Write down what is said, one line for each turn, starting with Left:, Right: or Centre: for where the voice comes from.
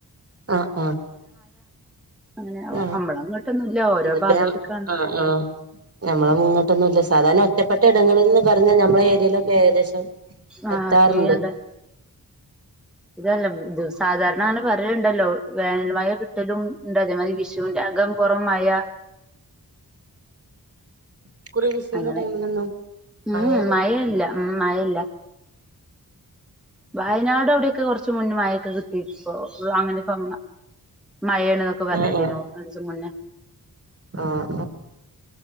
Right: ആഹ് ആഹ്
Centre: അങ്ങനെ
Right: ആഹ്
Centre: നമ്മള അങ്ങോട്ടൊന്നും ഇല്ല ഓരോ
Right: ഇതിപ്പ
Centre: ഭാഗത്തേക്കാണ്
Right: ഞാ ആഹ് ആഹ് ഞമ്മള മുങ്ങട്ടൊന്നുല്ല സാധാരണ റ്റപ്പെട്ട ഇടങ്ങളിൽ നിന്ന് പർ പറഞ്ഞാ നമ്മള ഏരിയയിലൊക്കെ ഏകദേശം
Centre: ആ
Right: എത്താറുണ്ട്
Centre: പെയ്യണ്ട <unintelligible> സാധാരണ അങ്ങന പറയ്ല്ലുണ്ടല്ലോ വേനൽമയ കിട്ടലുണ്ട് അതേമാതിരി വിഷുവിന്റ അകം പൊറോം മയ
Right: ഇക്കുറി വിഷുവിന്റെ
Centre: അങ്ങനെ
Right: ടൈമിലൊന്നും
Centre: ഉം
Right: മഴ ലഭിച്ചില്ല
Centre: മയെയില്ല ഉം മയെല്ല വയനാട് അവിടെക്ക കെറച്ച് മുന്നെ മയെക്ക കിട്ടി ഇപ്പോ അങ്ങനെപ്പങ്ങാ മഴേണന്നക്ക പറഞ്ഞിട്ടിനു
Right: ആഹ് ആഹ്
Centre: രണ്ടിസം മുന്നേ <unintelligible>
Right: ആഹ്